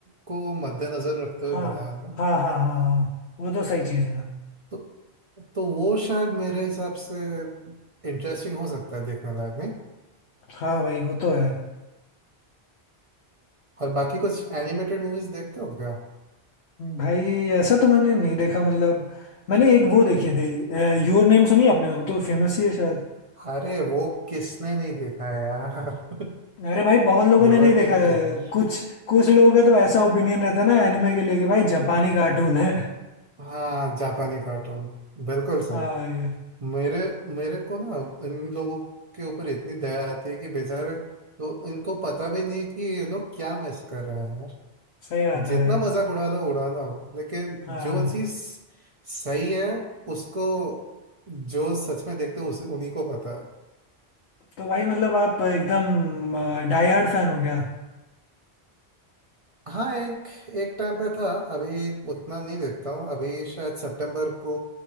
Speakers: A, on the right; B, on the left.
A: को मद्देनजर रखते हुए
B: हाँ
A: बनाया ना
B: हाँ हाँ हाँ हाँ वो तो सही चीज है
A: तो तो वो शायद मेरे हिसाब से इंटरेस्टिंग हो सकता है देखने लायक नहीं
B: हाँ भाई वो तो है
A: और बाकी कुछ एनिमेटेड मूवीज देखते हो क्या
B: भाई ऐसा तो मैंने नहीं देखा मतलब मैंने एक वो देखी थी योर नेम सुनी आपने वो तो फेमस ही है शायद
A: अरे वो किसने नहीं देखा है यार <laughs>
B: अरे भाई बहुत लोगों
A: योर
B: ने नहीं
A: नेम
B: देखा है
A: किधर
B: कुछ कुछ लोगों का तो ऐसा ओपिनियन रहता है ना एनिमे के लिए कि भाई जापानी कार्टून है
A: हाँ जापानी कार्टून बिल्कुल सही
B: हाँ भाई
A: मेरे मेरे को ना इन लोगों के ऊपर इतनी दया आती है कि बेचारे तो इनको पता भी नहीं है कि ये लोग क्या मिस कर रहे हैं यार
B: सही बात
A: जितना
B: है भाई
A: मजाक उड़ा लो उड़ाना हो लेकिन
B: हाँ
A: जो चीज सही है उसको जो सच में देखते हैं उस उन्हीं को पता है
B: तो भाई मतलब आप एकदम डाई हार्ड फैन हो गया
A: हाँ एक एक टाइम पे था अभी उतना नहीं देखता हूँ अभी शायद सितंबर को